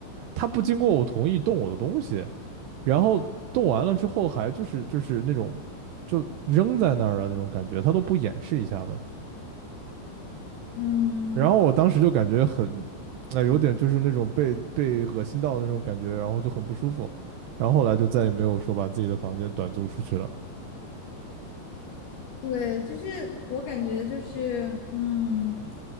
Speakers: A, on the right; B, on the left.
A: 他不经过我同意动我的东西，然后动完了之后还就是就是那种就扔在那儿的那种感觉，他都不掩饰一下的。
B: 嗯，
A: 然后我当时就感觉很，啊、有点就是那种被被恶心到的那种感觉，然后就很不舒服。然后后来就再也没有说把自己的房间短租出去了。
B: 对，就是我感觉就是，嗯，